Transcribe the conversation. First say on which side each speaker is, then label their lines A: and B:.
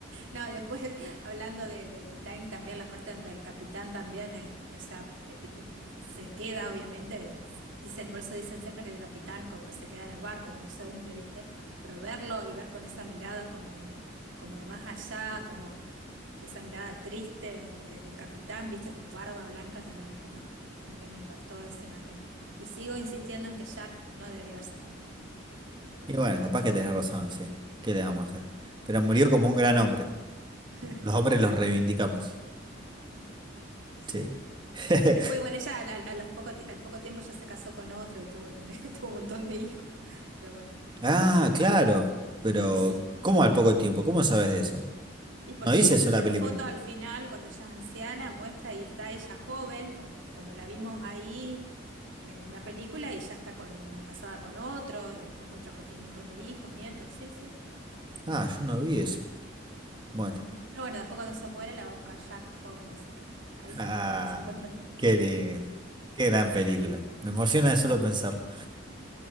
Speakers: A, on the right; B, on the right.
A: No, y después <laughs> hablando de, de Titanic también, la parte donde el capitán también, eh, o sea, eh, eh, se queda, obviamente. Dicen, por eso dicen siempre que el capitán como que se queda en el barco cuando se hunde, ¿viste? Pero verlo y ver con esa mirada como de, como de más allá, esa mirada triste de- del capitán, viste, de barba blanca también me quedó, me, que me impactó esa imagen. Y sigo insistiendo en que Jack no debería haberse muerto.
B: Y bueno, capaz que tenés razón, sí. ¿Qué le vamos a hacer? Pero murió como un gran hombre.
A: <laughs>
B: Los hombres los reivindicamos.
A: Sí.
B: Sí. <laughs>
A: Después igual ella al, al- a los poco, ti- al poco tiempo ya se casó con otro y tuvo, <laughs> tuvo un montón de hijos. Pero bueno,
B: Ah,
A: eso al-
B: claro.
A: al-
B: Pero,
A: <laughs> sí.
B: ¿cómo al poco tiempo? ¿Cómo sabes de eso?
A: Y porque
B: ¿No dice
A: después
B: eso
A: mostró
B: la película?
A: las fotos al final, cuando ella es anciana, muestra y está ella joven, como, como la vimos ahí en la película y ya está con, casada con otro y después muestra que tiene un montón de hijos, nietos, sí, sí.
B: Ah, yo no vi eso. Bueno.
A: Ujú. Pero bueno, después cuando se muere la va a buscar Jack joven, así que ahí se
B: Ah,
A: encuentran, se encuentran.
B: qué lindo. Qué gran película.
A: <laughs>
B: Me emociona de solo pensarlo.